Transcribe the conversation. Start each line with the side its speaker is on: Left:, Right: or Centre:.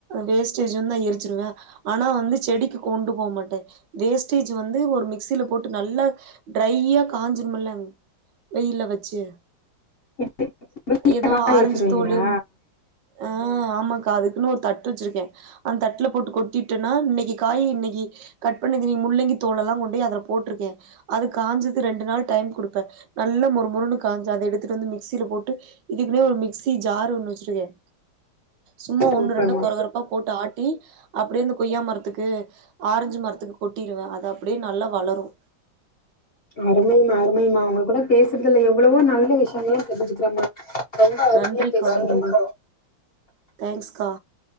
Right: வேஸ்டேஜ் வந்து எரிச்சிருவேன் ஆனா வந்து செடிக்கு கொண்டு போமாட்டேன் வேஸ்டேஜ் வந்து ஒரு மிக்சில போட்டு நல்லா டிரையா காஞ்சிரும்மில்ல வெயில வச்சி
Left: இப்டி
Right: ஏதோ
Left: காய
Right: ஆரஞ்சு
Left: வச்சிருவீங்களா
Right: தோளு ஆ ஆமா கா அதுக்குன்னு ஒரு தட்டு வச்சிருக்கேன் அந்த தட்டுல போட்டு கொட்டிட்டேன்னா இன்னைக்கு காய இன்னைக்கு கட் பண்ணது முள்ளங்கி தோளலாம் கொண்டி அதுல போட்டுருக்கேன் அது காஞ்சது ரெண்டு நாள் டைம் குடு ப்ப நல்ல மொரு மொருன்னு காஞ்ச அத எடுத்துட்டு வந்து மிக்சில போட்டு இதுக்குன்னே ஒரு மிக்சி ஜார் ஒன்னு வச்சுருக்கேன் சும்மா
Left: சூப்பர்மா
Right: ஒண்ணு ரெண்டு கொரகொரப்பா போட்டு ஆட்டி அப்டேயே இந்த கொய்யா மரத்துக்கு ஆரஞ்சு மரத் துக்கு கொட்டிருவேன் அது அப்படே நல்லா வளரும்
Left: அருமைமா அருமைமா உங்க கூட பேசுறதுல எவ்வளவோ நல்ல விஷியங்கள் எல்லாம் தெரிஞ்சிக்கிறேமா ரொம்ப அருமையா
Right: நன்றிக்கா
Left: பேசறிங்கம்மா
Right: தேங்க்ஸ்கா